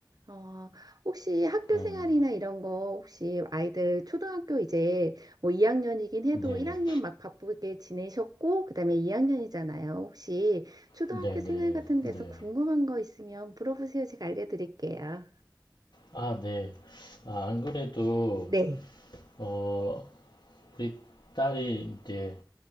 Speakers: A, on the right; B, on the left.
A: 어, 혹시 학교
B: 같아요.
A: 생활이나 이런 거 혹시 아이들 초등학교 이제 뭐 2학년이긴 해도
B: 네,
A: 1학년 막 바쁘게 지내셨고 그다음에 2학년이잖아요. 혹시 초등학교
B: 네, 네,
A: 생활
B: 네,
A: 같은 데서
B: 네.
A: 궁금한 거 있으면 물어보세요. 제가 알려드릴게요.
B: 아, 네. 아, 안 그래도,
A: 네.
B: 어, 우리 딸이 이제